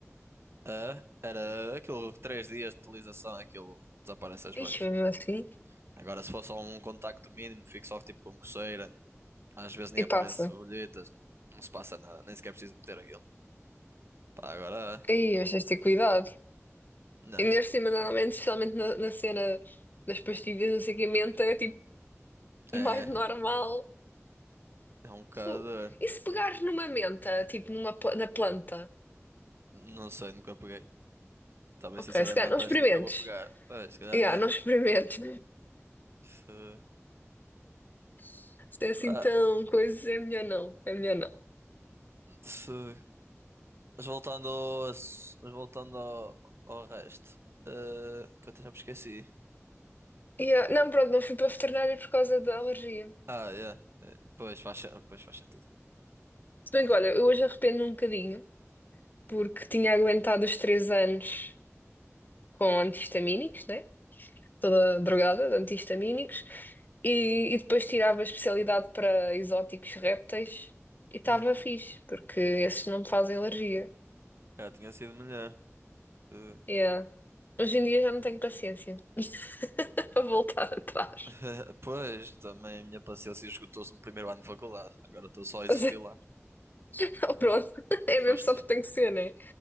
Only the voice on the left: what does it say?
Ixi, mesmo assim.
E
passa.
Ei, mas tens de ter cuidado.
E neste cima, normalmente, especialmente na, na cena das pastilhas, não sei o que, a menta, é tipo.
mais normal.
Fogo. E se pegares numa menta, tipo numa, pla- na planta?
Ok,
se calhar não experimentes.
Yeah,
não
experimentes.
<laughs> Se é assim
tão coisa, é melhor não. É melhor não.
Yeah, Não, pronto, não fui para a veterinária por causa da alergia.
Se bem
que, olha, eu hoje arrependo um bocadinho, porque tinha aguentado os três anos com antihistamínicos, né? Toda drogada de antihistamínicos, E, e depois tirava a especialidade para exóticos répteis e estava
fixe, porque esses não me fazem alergia.
Yeah. Hoje em dia já não tenho paciência <laughs> para voltar atrás.
Mas é-
<laughs> pronto, é
mesmo
só porque tem que ser, né?